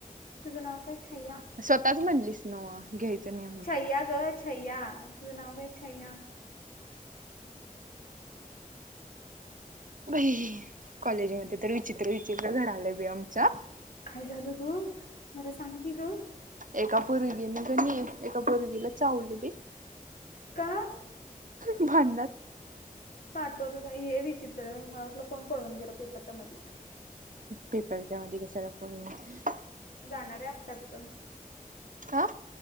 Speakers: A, on the left; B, on the right.
A: तुझं नाव काय छयया
B: स्वतःच म्हणलीस न घ्यायच न
A: छयया ग छयया तू नाव का छयया
B: बाई कॉलेजमध्येध्ये तर विचित्र विचित्र घडलं बी आमच्या
A: काय झाल ग मला सांग की ग
B: एका पर्गीने जणी एका पर्गीला चावली बी
A: का
B: भडण्यात
A: पाठवलं हे विचित्र म्ह आपलं कोण पळून गेलं पेपरच्या मध्ये
B: पेपरच्या मध्ये क
A: जाणारे असतात ग
B: ह.